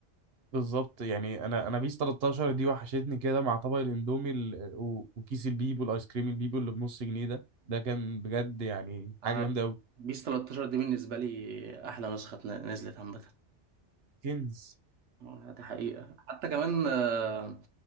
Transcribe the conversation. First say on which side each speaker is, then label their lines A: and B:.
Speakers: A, on the right; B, on the right.
A: بالظبط يعني انا انا بيس 13 دي وحشتني كده مع طبق الاندومي ال... و... وكيس البيبو الايس كريم البيبو اللي بنص جنيه ده ده كان بجد يعني
B: انا
A: حاجه جامده قوي
B: بيس 13 دي بالنسبه لي احلى نسخه ن- نزلت عامه
A: كنز
B: آه، دي حقيقه حتى كمان آه،